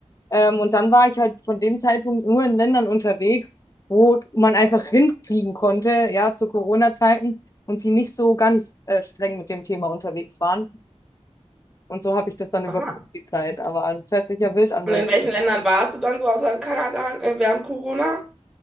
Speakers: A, on the left; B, in the centre.
A: Ähm, und dann war ich halt von dem Zeitpunkt nur in Ländern unterwegs, wo man einfach hinfliegen konnte, ja, zu Corona-Zeiten und die nicht so ganz äh, streng mit dem Thema unterwegs waren. Und so habe ich das dann über
B: Aha.
A: die Zeit. Aber das hört sich ja wild an
B: Und
A: bei
B: in
A: dir.
B: welchen Ländern warst du dann so außer in Kanada äh, während Corona?